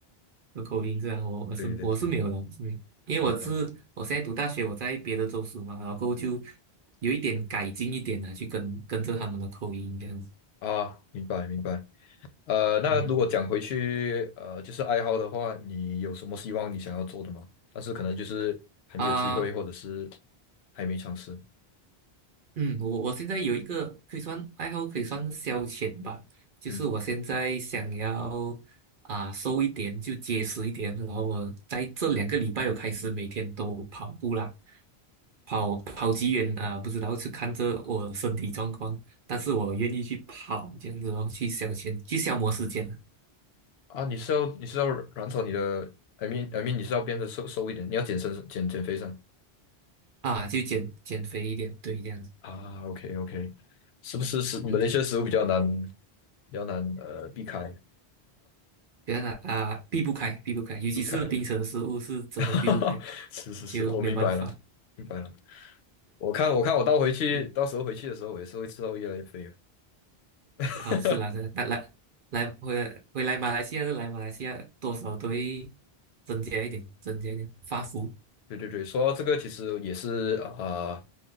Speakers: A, on the right; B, on the left.
A: 有口音这样，我我是我是没有的，
B: 对对对，
A: 我是没有，因为我是我现在读大学，
B: 明白
A: 我在别的州属嘛，然后过后就有一点改进一点呢、去跟跟着他们的口音这样子，
B: 啊，明白明白，呃，那如果讲回去，
A: 嗯
B: 呃，就是爱好的话，你有什么希望你想要做的吗？但是可能就是还没有机会，
A: 啊。
B: 或者是还没尝试，
A: 嗯，我我现在有一个可以算爱好，可以算消遣吧，就是我现在想要啊瘦一点，
B: 嗯
A: 就结实一点，然后我在这两个礼拜我开始每天都跑步啦，跑跑几远啊，不知道是看着我身体状况，但是我愿意去跑这样子哦，去消遣，去消磨时间
B: 啊，你是要你是要软草你的，I mean I mean 你是要变得瘦瘦一点，你要减身减减肥上
A: 啊，就减减肥一点，对，这样子，
B: 啊？OK OK，是不是食马来西亚食物比较难比较难呃避开
A: 嗯，这样的啊，避不开，避不开，尤其是冰城食物是真的避不开，
B: 避开？<laughs> 是是是，
A: 就没有办法。
B: 我明白了明白了。我看我看我到回去到时候回去的时候，
A: 嗯。
B: 我也是会吃到越来越肥的。<laughs>
A: 啊，是啦，是啦，但来来回回来马来西亚就来马来西亚，多少都会增加一点，增加一点发福
B: 对对对，说到这个，其实也是啊、呃